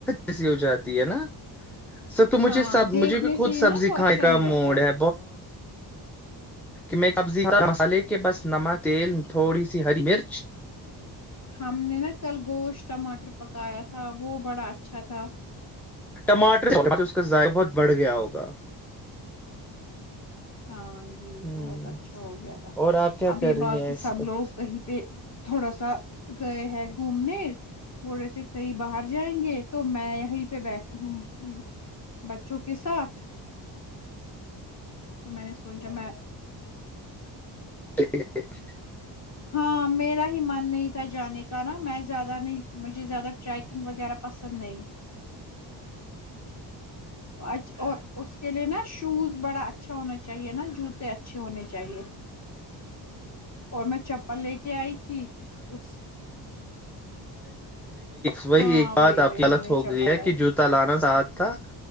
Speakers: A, in the centre; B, on the left (about 35°).
A: جیسی ہو جاتی ہے نا مجھے
B: ہاں دیکھنے
A: بی خود
B: سے ہی
A: سبزی
B: نا وہ اچھا
A: کھانے کا
B: نہیں لگتا
A: موڈ ہے۔ مصالحے کے پاس نمک، تیل، تھوڑی سی ہری مر۔
B: ہم نے نہ کل گوشت ٹماٹر پکایا تھا وہ بڑا اچھا تھا۔
A: ٹماٹر سے اسکا ذائقہ بہت بڑ گیا ہوگا۔
B: ہاں جی
A: ہوں
B: بہت اچھا ہو گیا تھا۔
A: اور آپ کیا
B: اب
A: کر
B: یہ
A: رہی
B: بات
A: ہیں
B: کہ
A: اس
B: سب
A: وقت
B: لوگ کہیں پہ تھوڑا سا گئے ہیں۔ گھومنے۔ بول رہے تھے کہیں باہر۔ جائیں گے تو میں یہی پہ بیٹھی ہوں بچوں کے ساتھ۔ تو میں نے سوچا میں
A: <inaudible>
B: ہاں میرا ہی من نہیں تھا جانے کا۔ زیادہ نہیں، مجھے زیادہ ٹریکنگ وغیرہ پسند نہیں۔ <unintelligible> لیکن نا شوز بڑا اچھا ہونا چاہیے نا جوتے اچھے ہونے چاہئیں اور۔
A: <unintelligible> <unintelligible>
B: لے کے آئی تھی اس
A: وہی
B: ہاں
A: ایک بات
B: وہی
A: آپ
B: وہی
A: کی غلط
B: میں نے
A: ہو
B: چپل
A: گئی ہے کہ جوتا لانا ساتھ تھا۔